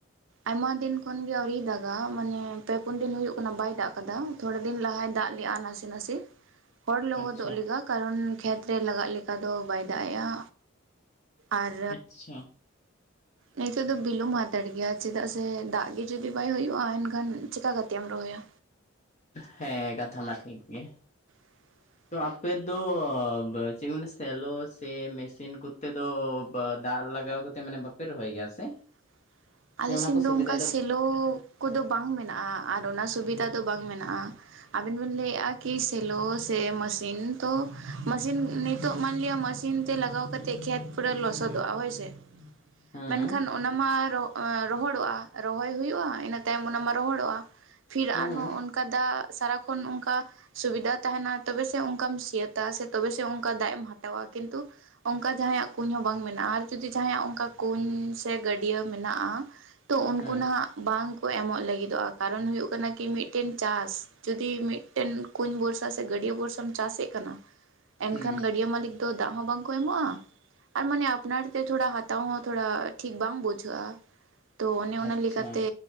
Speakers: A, on the right; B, on the left.
A: ᱟᱭᱢᱟ ᱫᱤᱱ ᱠᱷᱚᱱ ᱜᱮ ᱟᱣᱨᱤᱭ ᱫᱟᱜᱟ ᱢᱟᱱᱮ ᱯᱮ ᱯᱩᱱ ᱫᱤᱱ ᱦᱳᱭ ᱠᱟᱱᱟ ᱵᱟᱭ ᱫᱟᱜ ᱟᱠᱟᱫᱟ ᱛᱷᱚᱲᱮ ᱫᱤᱱ ᱞᱟᱦᱟᱭ ᱫᱟᱜ ᱞᱮᱫᱜᱼᱟ ᱱᱟᱥᱮ ᱱᱟᱥᱮ ᱦᱚᱲ ᱞᱚᱦᱚᱫᱚᱜ
B: ᱟᱪᱪᱷᱟ
A: ᱞᱮᱠᱟ ᱞᱮᱠᱟ ᱠᱟᱨᱚᱱ ᱠᱷᱮᱛᱨᱮ ᱞᱟᱜᱟᱜ ᱞᱮᱠᱟ ᱫᱚ ᱵᱟᱭ ᱫᱟᱜ ᱮᱼᱟ ᱟᱨ
B: ᱟᱪᱪᱷᱟ
A: ᱱᱤᱛᱚᱜ ᱫᱚ ᱵᱤᱞᱚᱢ ᱦᱟᱛᱟᱲ ᱜᱮᱭᱟ ᱪᱮᱫᱟᱜ ᱥᱮ ᱫᱟᱜ ᱜᱮ ᱡᱩᱫᱤ ᱵᱟᱭ ᱦᱩᱭᱩᱜᱼᱟ ᱮᱱᱠᱷᱟᱱ ᱪᱮᱠᱟ ᱠᱟᱛᱮᱢ ᱨᱚᱦᱚᱭᱟ
B: ᱦᱮᱸ ᱠᱟᱛᱷᱟ ᱢᱟ ᱴᱷᱤᱠ ᱜᱮ
A: <unintelligible>
B: ᱛᱚ ᱟᱯᱮᱫ ᱫᱚ ᱪᱮᱫ ᱢᱮ ᱥᱮᱞᱚ ᱥᱮ ᱢᱮᱥᱤᱱ ᱠᱚᱛᱮ ᱫᱚ ᱫᱟᱜ ᱞᱟᱜᱟᱣ ᱠᱟᱛᱮᱼᱼ ᱛᱮ ᱢᱟᱱᱮ ᱵᱟᱯᱮ ᱨᱚᱦᱚᱭ ᱜᱮᱭᱟ ᱥᱮ
A: <unintelligible> ᱟᱞᱮ
B: ᱥᱮ
A: ᱥᱮᱱ
B: ᱚᱱᱟ ᱠᱚ
A: ᱫᱚ
B: ᱥᱩᱵᱤᱫᱷᱟ
A: ᱚᱱᱠᱟ ᱥᱮᱞᱚ ᱠᱚᱫᱚ ᱵᱟᱝ ᱢᱮᱱᱟᱜᱼᱟ ᱟᱨ ᱚᱱᱟ ᱥᱩᱵᱤᱫᱷᱟ ᱫᱚ ᱵᱟᱝ ᱢᱮᱱᱟᱜᱼᱟ ᱟᱹᱵᱤᱱ ᱵᱤᱱ ᱞᱟᱹᱭᱮᱫᱼᱟ ᱠᱤ ᱥᱮᱞᱚ ᱥᱮ ᱢᱮᱥᱤᱱ ᱛᱚ ᱢᱮᱥᱤᱱ ᱱᱤᱛ ᱱᱤᱛᱚᱜ ᱢᱟᱱᱞᱤᱭᱟ ᱢᱮᱥᱤᱱ ᱛᱮ ᱞᱟᱜᱟᱣ ᱠᱟᱛᱮᱫ ᱠᱷᱮᱛ ᱯᱩᱨᱟᱹ ᱞᱚᱥᱚᱫᱚᱜᱼᱟ ᱦᱳᱭᱥᱮ
B: ᱦᱮᱸ
A: ᱢᱮᱱᱠᱷᱟᱱ ᱚᱱᱟ ᱢᱟ ᱨᱚᱼ ᱨᱚᱦᱚᱲᱚᱜᱼᱟ ᱨᱚᱦᱚᱭ ᱦᱩᱭᱩᱜᱼᱟ ᱤᱱᱟᱹ ᱛᱟᱭᱚᱢ ᱚᱱᱟ ᱢᱟ ᱨᱚᱦᱚᱲᱚᱜᱼᱟ ᱯᱷᱤᱨ ᱟᱨᱦᱚᱸ
B: ᱦᱮᱸ
A: ᱩᱱ ᱠᱟᱫᱟ ᱥᱟᱨᱟᱠᱷᱚᱱ ᱚᱱᱠᱟ ᱥᱩᱵᱤᱫᱷᱟ ᱛᱟᱦᱮᱸᱱᱟ ᱛᱚᱵᱮ ᱥᱮ ᱚᱱᱠᱟᱢ ᱥᱤᱭᱟᱹᱛᱟ ᱥᱮ ᱛᱚᱵᱮ ᱥᱮ ᱚᱱᱠᱟ ᱫᱟᱜ ᱮᱢ ᱦᱟᱛᱟᱣᱟ ᱠᱤᱱᱛᱩ ᱚᱱᱠᱟ ᱡᱟᱦᱟᱸᱭᱟᱜ ᱠᱩᱧ ᱦᱚᱸ ᱵᱟᱝ ᱢᱮᱱᱟᱜᱼᱟ ᱟᱨ ᱡᱩᱫᱤ ᱡᱟᱦᱟᱸᱭᱟᱜ ᱚᱱᱠᱟ ᱠᱩᱧ ᱥᱮ ᱜᱟᱹᱰᱭᱟᱹ ᱢᱮᱱᱟᱜᱼᱟ ᱟ ᱛᱚ ᱩᱱᱠᱩ
B: ᱦᱮᱸ
A: ᱱᱟᱦᱟᱜ ᱵᱟᱝ ᱠᱚ ᱮᱢᱚᱜ ᱞᱟᱹᱜᱤᱫᱚᱜᱼᱟ ᱠᱟᱨᱚᱱ ᱦᱩᱭᱩᱜ ᱠᱟᱱᱟ ᱠᱤ ᱢᱤᱫᱴᱮᱱ ᱪᱟᱥ ᱡᱩᱫᱤ ᱢᱤᱫᱴᱮᱱ ᱠᱩᱧ ᱵᱷᱚᱨᱥᱟ ᱥᱮ ᱜᱟᱹᱰᱭᱟᱹ ᱵᱷᱚᱨᱥᱟᱢ ᱪᱟᱥᱮᱫ ᱠᱟᱱᱟ ᱮᱱᱠᱷᱟᱱ
B: ᱦᱮᱸ
A: ᱜᱟᱹᱰᱭᱟᱹ ᱢᱟᱹᱞᱤᱠ ᱛᱚ ᱫᱟᱜ ᱦᱚᱸ ᱵᱟᱝᱠᱚ ᱮᱢᱚᱜᱼᱟ ᱟᱨ ᱢᱟᱱᱮ ᱟᱯᱱᱟᱨ ᱛᱮ ᱛᱷᱚᱲᱟ ᱦᱟᱛᱟᱣ ᱦᱚᱸ ᱛᱷᱚᱲᱟ ᱴᱷᱤᱠ ᱵᱟᱝ ᱵᱩᱡᱷᱟᱹᱜᱼᱟ ᱛᱚ ᱚᱱᱮ ᱚᱱᱟ
B: ᱟᱪᱪᱷᱟ
A: ᱞᱮᱠᱟᱛᱮ